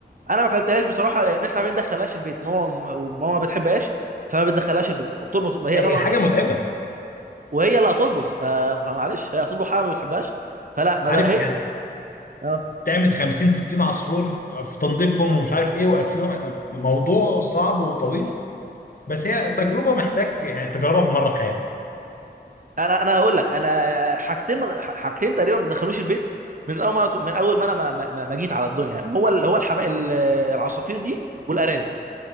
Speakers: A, on the right; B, on the left.
A: انا ما اكلتهاش بصراحه لان احنا ما بندخلهاش البيت ماما وماما ما بتحبهاش فما بتدخلهاش البيت ما بتربط ما هي
B: هي
A: طبعا
B: حاجه
A: هي
B: متعبه
A: صح وهي اللي هتطبخ ف... فمعلش هي هتطبخ حاجه ما بتحبهاش فلا ما
B: عارف
A: ده هي
B: يعني
A: اه
B: تعمل 50 60 عصفور في تنظيفهم ومش عارف ايه واكلهم آه، موضوع صعب وطويل بس هي تجربه محتاج يعني تجربها في مره في حياتك
A: انا انا هقول لك انا حاجتين حاجتين تقريبا ما دخلوش البيت من اول ما من اول ما انا ما, ما, ما ما جيت على الدنيا يعني هو ال- هو الحما... ال- العصافير دي والارانب